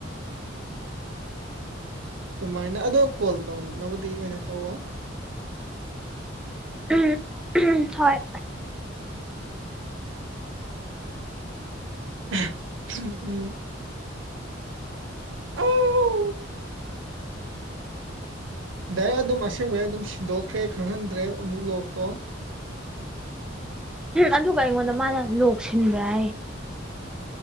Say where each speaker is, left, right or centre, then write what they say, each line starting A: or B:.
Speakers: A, on the right (about 85°); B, in the centre.
A: ꯑꯗꯨꯃꯥꯏꯅ ꯑꯗꯣ ꯀꯣꯜ ꯇꯧꯅꯕꯗꯤ ꯑꯣꯏꯅ ꯇꯧꯋꯣ
B: ꯎꯝ ꯍꯣꯏ
A: ꯎꯝ ꯎꯝ ꯑꯥꯎ ꯗꯥꯏꯔ ꯑꯗꯨꯝ ꯑꯁꯦꯡꯕꯩ ꯑꯗꯨꯝ ꯁꯤꯟꯗꯣꯛꯈ꯭ꯔꯦ ꯈꯪꯍꯟꯗ꯭ꯔꯦ ꯑꯃꯨꯛ ꯂꯣꯛꯇꯣ
B: ꯑꯗꯨꯒ ꯑꯩꯉꯣꯟꯗ ꯃꯥꯅ ꯂꯣꯛꯁꯤꯟꯕ꯭ꯔꯥ ꯍꯥꯏ